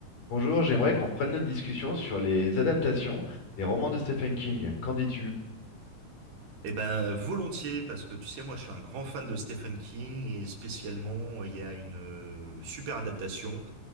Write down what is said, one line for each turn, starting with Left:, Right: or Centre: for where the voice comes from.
Left: Bonjour, j'aimerais qu'on reprenne notre discussion sur les adaptations des romans de Stephen King. Qu'en dis-tu?
Right: Eh ben, volontiers, parce que tu sais, moi, je suis un grand fan de Stephen King et spécialement, il y a une euh, super adaptation,